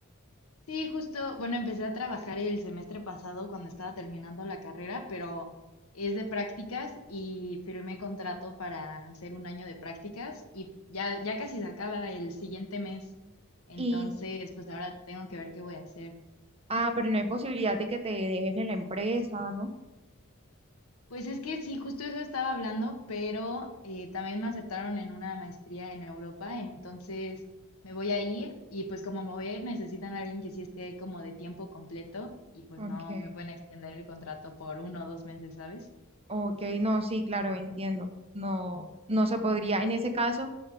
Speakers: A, on the left; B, on the right.
A: Sí, justo, bueno, empecé a trabajar el semestre pasado cuando estaba terminando la carrera, pero es de prácticas y firmé contrato para hacer un año de prácticas y ya, ya casi se acaba el siguiente mes. Entonces,
B: Y,
A: pues ahora tengo que ver qué voy a hacer.
B: ah, pero no hay posibilidad de que te dejes en la empresa, ¿no?
A: Pues es que sí, justo eso estaba hablando, pero eh, también me aceptaron en una maestría en Europa, entonces me voy a ir y pues como me voy a ir necesitan a alguien que sí esté como de tiempo completo y pues
B: Okay,
A: no me pueden extender el contrato por uno o dos meses, ¿sabes?
B: ok, no, sí, claro, entiendo. No, no se podría. En ese caso,